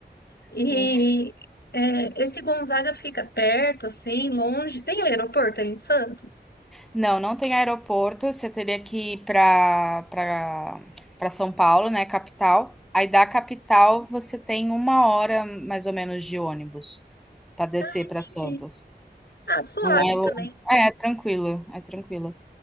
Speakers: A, on the left; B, in the centre.
A: E
B: <laughs> Sim.
A: é, esse Gonzaga fica perto, assim, longe. Tem aeroporto aí em Santos?
B: Não, não tem aeroporto, você teria que ir pra, pra, pra São Paulo, né, capital. Aí da capital você tem uma hora mais ou menos de ônibus pra descer
A: Ah, entendi.
B: pra Santos.
A: Ah, suave
B: Não é longe.
A: também.
B: É, é tranquilo, é tranquilo.